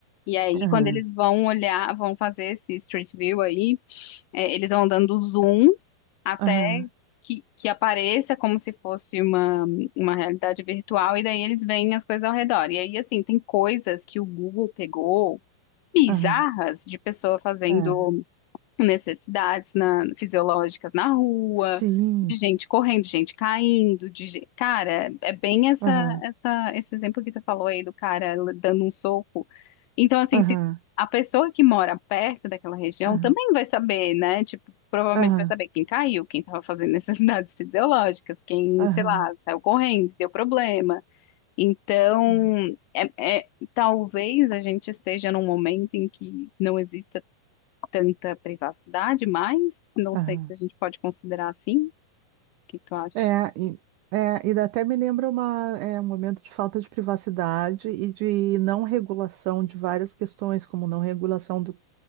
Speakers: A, on the left; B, on the right.
A: E aí,
B: Aham,
A: quando eles vão olhar, vão fazer esse Street View aí, é, eles vão dando zoom até
B: aham,
A: que, que apareça como se fosse uma, uma realidade virtual, e daí eles veem as coisas ao redor. E aí, assim, tem coisas que o Google pegou bizarras
B: aham,
A: de pessoa fazendo
B: aham.
A: necessidades na- fisiológicas na rua,
B: Sim.
A: de gente correndo, gente caindo, de, ge- cara, é bem essa,
B: Aham,
A: essa, esse exemplo que tu falou aí do cara dando um soco. Então, assim,
B: aham,
A: se a pessoa que mora perto daquela região
B: aham,
A: também vai saber, né? Tipo, provavelmente
B: aham,
A: vai saber quem caiu, quem estava fazendo necessidades <laughs> fisiológicas, quem,
B: aham.
A: sei lá, saiu correndo, deu problema. Então,
B: aham.
A: é, é- talvez a gente esteja num momento em que não exista tanta privacidade, mas não
B: Aham.
A: sei se a gente pode considerar assim. O que tu acha?
B: É, e, é, e até me lembra uma, é, um momento de falta de privacidade e de não regulação de várias questões, como não regulação do